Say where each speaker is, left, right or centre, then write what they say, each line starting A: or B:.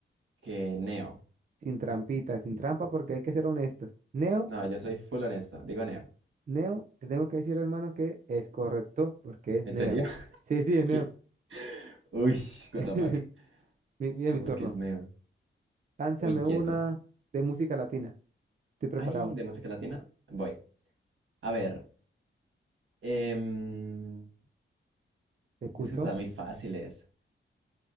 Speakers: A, on the right; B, on the right.
A: que Neo.
B: Sin trampita, sin trampa, porque hay que ser honestos. ¿Neo,
A: No, yo soy full honesto. Digo Neo.
B: Neo, te tengo que decir, hermano, que es correcto porque es
A: ¿En
B: Neo.
A: serio? <laughs>
B: Sí, sí, es
A: Sí.
B: Neo.
A: Uy, what
B: <laughs>
A: the fuck.
B: Mi- Mira
A: Como
B: mi turno.
A: que es neo.
B: Lánzame
A: Uy, quieto.
B: una de música latina. Estoy preparado.
A: Ay, de música latina. Voy. A ver. em,
B: Te escucho.
A: es que están muy fáciles.